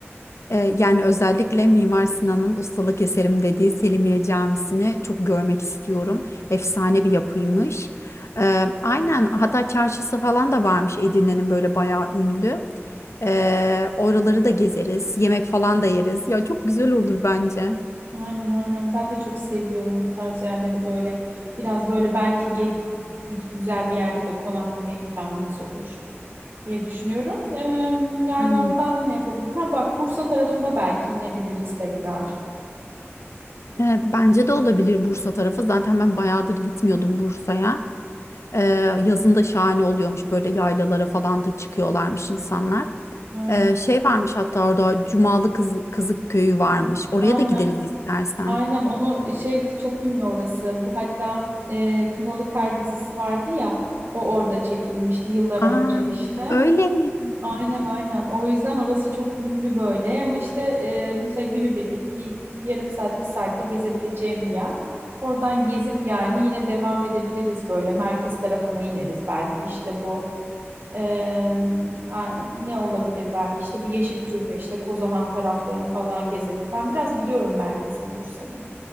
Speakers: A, on the left; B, on the right.
A: Ee, yani özellikle Mimar Sinan'ın ustalık eserim dediği Selimiye Camisi'ni çok görmek istiyorum. Efsane bir yapıymış. Ee, aynen hatta çarşısı falan da varmış Edirne'nin böyle bayağı ünlü. Ee, oraları da gezeriz. Yemek falan da yeriz. Ya çok güzel olur bence.
B: Aynen aynen. Ben de çok seviyorum bu tarz yerleri böyle. Biraz böyle belki ge- güzel bir yerde de konaklama imkanımız olur. diye düşünüyorum. Eee, yani
A: Hmm.
B: oradan ne yapabilir? Ha bak Bursa tarafına belki inebiliriz tekrar.
A: Ee, bence de olabilir Bursa tarafı. Zaten ben bayağıdır gitmiyordum Bursa'ya. Ee, yazın da şahane oluyormuş böyle yaylalara falan da çıkıyorlarmış insanlar.
B: Aynen.
A: Ee, şey varmış hatta orada Cumalı Kız, Kızık Köyü varmış. Oraya
B: Aynen.
A: da gideriz istersen.
B: Aynen onu şey çok ünlü orası. Bu hatta eee, Kınalı Kar dizisi vardı ya. O orada çekilmişti yıllar önce
A: Aa,
B: işte.
A: öyle mi?
B: Aynen aynen. O yüzden orası çok ünlü böyle ama işte eee mesela günübirlik bir yarım saat bir saatte gezebileceğim bir yer. Oradan gezip yani yine devam edebiliriz böyle merkez tarafına ineriz belki işte bu Eee, a- ne olabilir belki işte bu Yeşil Türbe işte Kozahan taraflarını falan gezeriz. Ben biraz biliyorum merkezini Bursa'nın.